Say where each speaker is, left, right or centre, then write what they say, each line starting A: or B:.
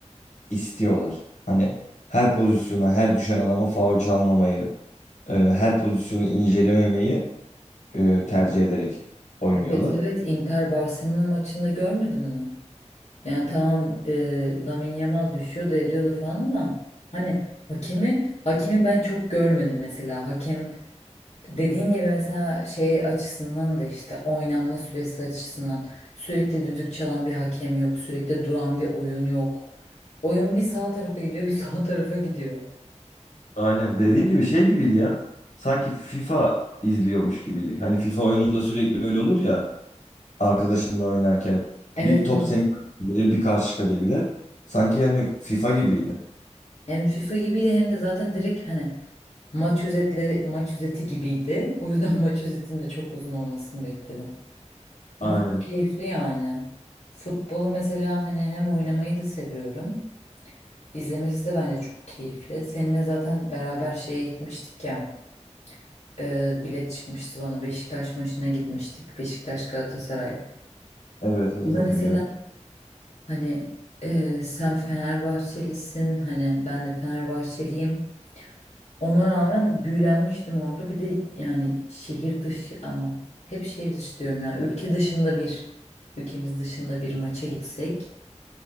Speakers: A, on the left (about 80°); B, on the left (about 65°).
A: istiyorlar. Hani her pozisyona, her düşen adama faul çalmamayı, e, her pozisyonu incelememeyi e, tercih ederek oynuyorlar.
B: Evet evet Inter Barcelona maçında görmedin mi? Yani tamam e, Lamine Yamal düşüyordu ediyordu falan ama hani hakemi hakemi ben çok görmedim mesela. Hakem Dediğin gibi mesela şey açısından da işte oynanma süresi açısından sürekli düdük çalan bir hakem yok, sürekli duran bir oyun yok. Oyun bir sağ tarafa gidiyor, bir <laughs> sol tarafa gidiyor.
A: Aynen dediğim gibi şey gibiydi ya. Sanki FIFA izliyormuş gibiydik. Hani FIFA oyununda sürekli öyle olur ya arkadaşınla oynarken.
B: Evet,
A: Bir top
B: evet.
A: senin kaleye gelir bir karşı kaleye gider. Sanki yani FIFA gibiydi.
B: Hem FIFA gibiydi hem de zaten direkt hani maç özetleri, maç özeti gibiydi. O yüzden <laughs> maç özetinin de çok uzun olmasını bekledim. Ama
A: Aynen.
B: çok keyifli yani. Futbolu mesela hani hem oynamayı da seviyorum. İzlemesi de bence çok keyifli. Seninle zaten beraber şeye gitmiştik ya. e, bilet çıkmıştı bana. Beşiktaş maçına gitmiştik. Beşiktaş Galatasaray.
A: Evet evet
B: Burada
A: hatırlıyorum.
B: mesela hani e, sen Fenerbahçelisin. Hani ben de Fenerbahçeliyim. Ona rağmen büyülenmiştim orada. Bir de yani şehir dışı ama hep şehir dışı diyorum ya. Ülke dışında bir, ülkemiz dışında bir maça gitsek